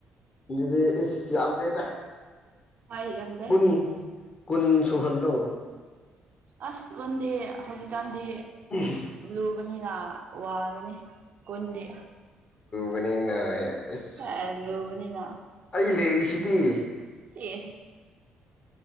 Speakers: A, on the left; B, on the right.
A: ꯑꯗꯨꯗꯤ ꯏꯁ ꯌꯥꯝꯗꯦꯗ
B: ꯍꯣꯏ ꯌꯥꯝꯗꯦ
A: ꯀꯨꯟ ꯀꯨꯟ ꯁꯨꯍꯜꯂꯣ
B: ꯑꯁꯀꯨꯟꯗꯤ ꯍꯧꯖꯤꯛꯀꯥꯟꯗꯤ
A: ꯍꯨꯝꯝꯝ
B: ꯂꯨꯕꯅꯤꯅ ꯋꯥꯒꯅꯤ ꯀꯨꯟꯗꯤ
A: ꯂꯨꯕꯅꯤꯅ ꯑꯁ
B: ꯑ ꯂꯨꯕꯅꯤꯅ
A: ꯑꯩ ꯂꯩꯔꯤꯁꯤꯗꯤ
B: ꯑ‌ꯦ